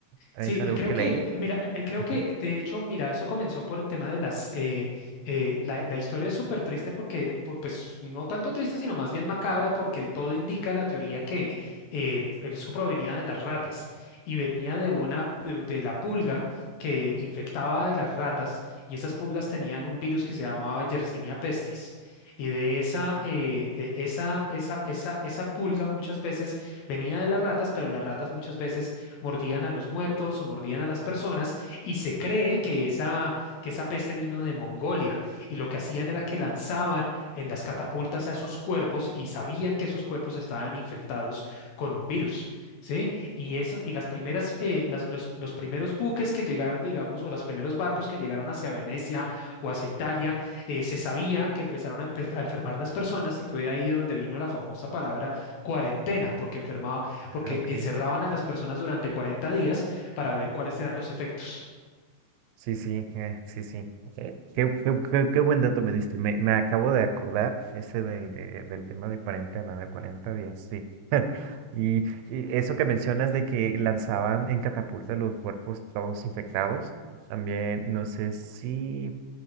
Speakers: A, on the right (about 85°); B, on the left (about 70°).
A: Es
B: Sí,
A: algo
B: creo
A: que
B: que,
A: leí.
B: mira, eh, eh, creo
A: Ajá.
B: que de hecho, mira, eso comenzó por el tema de las, eh, eh, la, la historia es súper triste porque, eh, pu- pues, no tanto triste, sino más bien macabra porque todo indica la teoría que eh, eso provenía de las ratas y venía de una, pu- de la pulga que infectaba a las ratas y esas pulgas tenían un virus que se llamaba Yersinia pestis. Y de esa, eh, eh, esa, esa, esa, esa pulga muchas veces venía de las ratas, pero las ratas muchas veces mordían a los muertos o mordían a las personas y se cree que esa, que esa peste vino de Mongolia y lo que hacían era que lanzaban en las catapultas a esos cuerpos y sabían que esos cuerpos estaban infectados con un virus, ¿sí? Y, esas, y las primeras, eh, las- los, los primeros buques que llegaron, digamos, o los primeros barcos que llegaron hacia Venecia o hacia Italia, eh, se sabía que empezaron a, empe- a enfermar las personas y fue de ahí donde vino la famosa palabra cuarentena, porque enfermaban porque
A: Ah, ok.
B: encerraban a las personas durante 40 días para ver cuáles eran los efectos.
A: Sí, sí, eh, sí, sí. Eh, qué, qué- qué- qué buen dato me diste. Me, me acabo de acordar ese del, de- del tema de cuarentena, de 40 días, sí. <laughs> Y, y eso que mencionas de que lanzaban en catapulta los cuerpos todos infectados, también no sé si